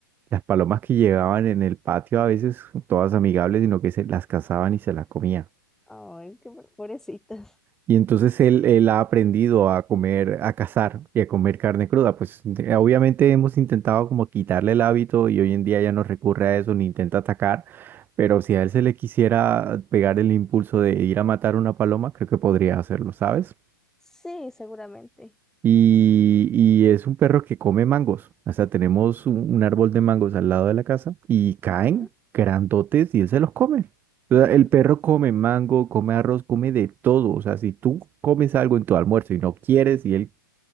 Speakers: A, on the right (about 15°); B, in the centre.
A: las palomas que llegaban en el patio a veces, todas amigables, sino que se las cazaban y se las comía.
B: Ay, qué po- pobrecitos.
A: Y entonces él, él ha aprendido a comer, a cazar y a comer carne cruda. Pues eh, obviamente hemos intentado como quitarle el hábito y hoy en día ya no recurre a eso ni intenta atacar. Pero si a él se le quisiera pegar el impulso de ir a matar una paloma, creo que podría hacerlo, ¿sabes?
B: Sí, seguramente.
A: Y, y es un perro que come mangos. O sea, tenemos un, un árbol de mangos al lado de la casa y caen
B: Ujú.
A: grandotes y él se los come. O
B: <laughs>
A: sea, el perro come mango, come arroz, come de todo. O sea, si tú comes algo en tu almuerzo y no quieres, y él,